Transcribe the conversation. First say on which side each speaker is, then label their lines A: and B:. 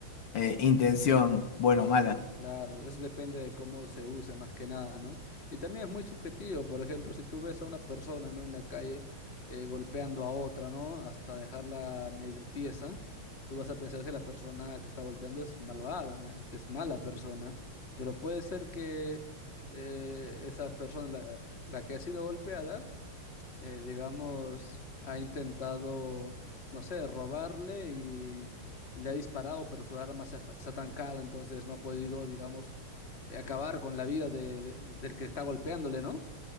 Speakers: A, on the left; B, on the left.
A: eh, intención buena o mala.
B: Claro, eso depende de cómo se use más que nada, ¿no? Y también es muy subjetivo, por ejemplo, si tú ves a una persona, ¿no? En la calle eh, golpeando a otra, ¿no? Hasta dejarla medio tiesa, tú vas a pensar que la persona que está golpeando es malvada, ¿eh? que es mala persona, pero puede ser que eh, esa persona, la, la que ha sido golpeada, eh, digamos, ha intentado, no sé, robarle y le ha disparado, pero su arma se ha, se ha trancado, entonces no ha podido, digamos, eh, acabar con la vida de- de- del que está golpeándole, ¿no?